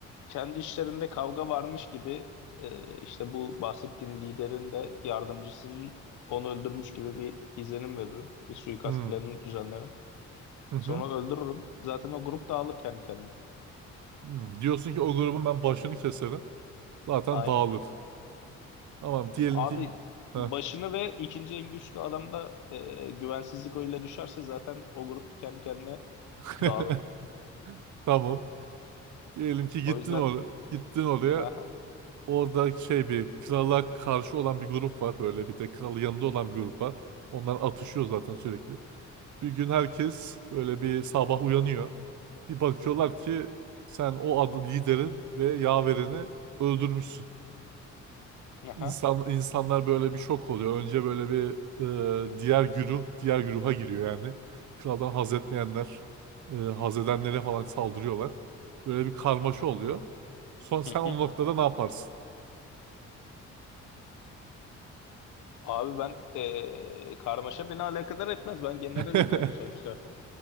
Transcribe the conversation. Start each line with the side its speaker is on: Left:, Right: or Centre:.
Left: kendi işlerinde kavga varmış gibi e, işte bu bahsettiğin liderin de yardımcısının onu öldürmüş gibi bir izlenim veririm. Bir suikast
Right: Hmm,
Left: planını düzenlerim.
Right: Hı hı.
Left: Sonra öldürürüm. Zaten o grup dağılır kendi kendine.
Right: Hmm. Diyorsun ki o grubun ben başını keserim. Zaten
Left: Aynen.
Right: dağılır. Tamam diyelim
Left: Abi
Right: ki Heh.
Left: başını ve ikinci en güçlü adamda e, güvensizlik oyuyla düşerse zaten o grup kendi kendine
Right: <laughs>
Left: dağılır.
Right: tamam. Diyelim ki gittin
Left: O yüzden
Right: oraya. Gittin oraya.
Left: aha,
Right: Orada şey bir krala karşı olan bir grup var böyle bir de kralı yanında olan bir grup var. Onlar atışıyor zaten sürekli. Bir gün herkes böyle bir sabah uyanıyor. Bir bakıyorlar ki sen o adı liderin ve yaverini öldürmüşsün.
Left: aha,
Right: İnsan, insanlar böyle bir şok oluyor. Önce böyle bir e, diğer güruh, diğer güruha giriyor yani. Kraldan haz etmeyenler, e, haz edenlere falan saldırıyorlar. Böyle bir karmaşa oluyor. Son sen
Left: hı
Right: o
Left: hı.
Right: noktada ne yaparsın?
Left: Abi ben e, karmaşa beni alakadar etmez. Ben generalim
Right: <laughs>
Left: yani sonuçta.